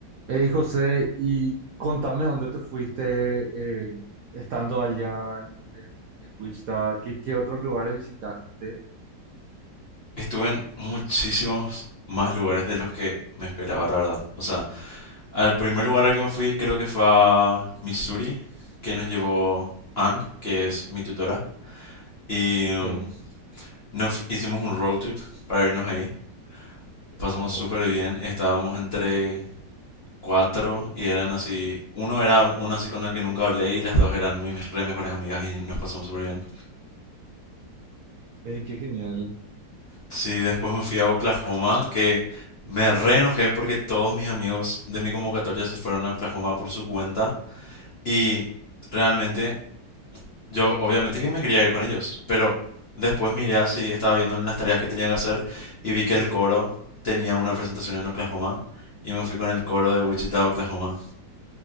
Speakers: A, on the right; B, on the left.
A: Hey José, y contame dónde te fuiste eh, estando allá en, en- en Wichita, ¿qué, qué otros lugares visitaste?
B: Estuve en muchísimos más lugares de los que me esperaba, la verdad. O sea, al primer lugar al que me fui creo que fue a Missouri, que nos llevó Ann, que es mi tutora. Y
A: Sí,
B: mm, nos fu- hicimos un road trip para irnos ahí. Pasamos
A: amo.
B: súper bien. Estábamos entre cuatro y eran así... Uno era uno así con el que nunca hablé y las dos eran mis re mejores amigas y nos pasamos súper bien.
A: Ey, qué genial.
B: Sí, después me fui a Oklahoma, que me re enojé porque todos mis amigos de mi convocatoria se fueron a Oklahoma por su cuenta y realmente yo obviamente que me quería ir con ellos, pero después miré así, estaba viendo en las tareas que tenía que hacer y vi que el coro tenía una presentación en Oklahoma y me fui con el coro de Wichita, Oklahoma.